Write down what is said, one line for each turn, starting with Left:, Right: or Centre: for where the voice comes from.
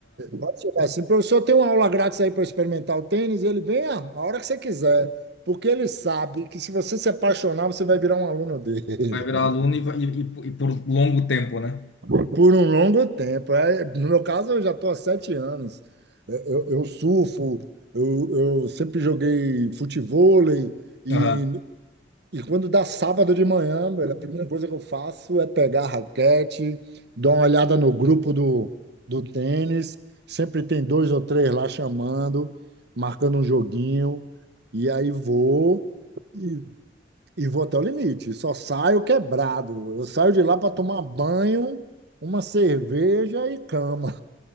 Right: Pode chegar assim, professor, tem uma aula grátis aí para experimentar o tênis, ele vem a a hora que você quiser, porque ele sabe que se você se apaixonar, você vai virar um aluno dele
Left: vai virar aluno e, vai- e, e por e por longo tempo, né?
Right: <laughs> por um longo tempo. É, no meu caso, eu já estou há sete anos. Eu, eu- eu surfo, eu, eu sempre joguei futevôlei e
Left: Aham.
Right: E quando dá sábado de manhã, velho, a primeira coisa que eu faço é pegar a raquete, dar uma olhada no grupo do, do tênis. Sempre tem dois ou três lá chamando, marcando um joguinho. E aí vou e, e vou até o limite. Só saio quebrado. Eu saio de lá para tomar banho, uma cerveja e cama.